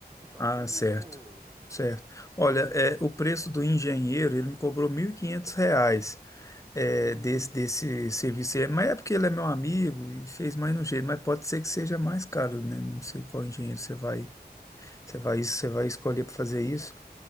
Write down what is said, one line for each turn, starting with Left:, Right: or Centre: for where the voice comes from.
Right: Só
Left: Ah,
Right: se não
Left: certo,
Right: for
Left: certo. Olha, é, o preço do engenheiro, ele me cobrou 1.500 reais é,
Right: um,
Left: desse, desse serviço. aí. Mas é porque ele é meu amigo e fez mais no jeito, mas pode ser que seja mais caro, né? Não sei qual engenheiro você vai, você vai, você vai escolher para fazer isso.